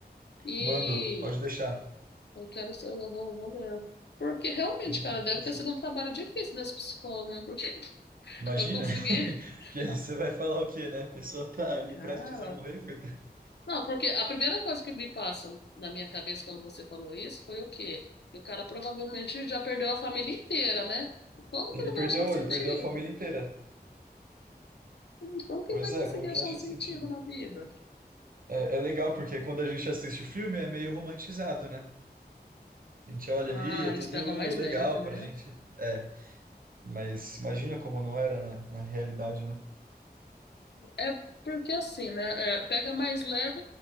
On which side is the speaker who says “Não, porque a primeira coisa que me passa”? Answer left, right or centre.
Left